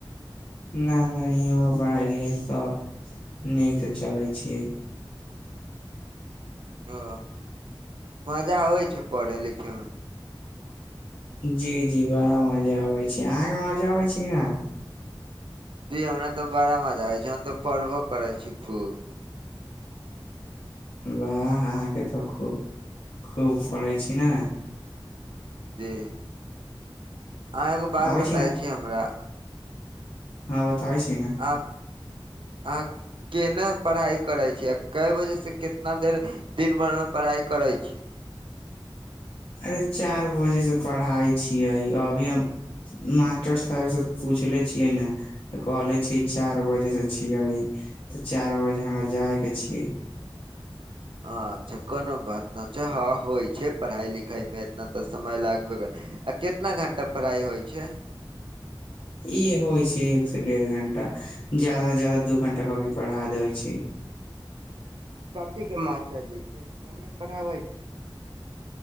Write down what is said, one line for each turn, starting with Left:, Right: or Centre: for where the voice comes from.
Left: ना ना इहों पढ़ाई लिखाई सब नीक से चले छियै।
Right: ओ मजा आबै छै पढ़े लिखे मे?
Left: जी जी बड़ा मजा अबै छै अहाँके मजा अबै छैय कि ना
Right: जी हमरा तऽ बड़ा मजा आबै छैय हम तो पढ़बो करै छी खूब।
Left: वाह अहाँके तऽ खूब खूब पढ़ै छी ना
Right: जी अहाँ एगो बात
Left: आबै
Right: बताए छी हमरा
Left: हाँ बताबै छी ने
Right: आप अहा केना पढ़ाई करे छी आ कए बजे से केतना देर दिन भर मे पढ़ाई करै छी?
Left: अरे चारि बजेसँ पढ़ाइ छियै अभी हम मास्टर साहेबसे पुछले छियै न तऽ कहले छीयै चार बजे से छियै तऽ चार बजे हमरा जाय के छियै।
Right: अच्छा कोनो बात न छैय हाँ होइ छैय पढ़ाई लिखाई मे एतना तऽ समय लागबे करत आ केतना घंटा पढाई होइ छैय?
Left: ई होइ छैय एक से डेढ़ घंटा ज्यादा से ज्यादा दू घंटा कभी पढ़ा देबइ छैय।
Right: कथीके मास्टरजी छै, बढ़िआँ पढ़ाबै छैय?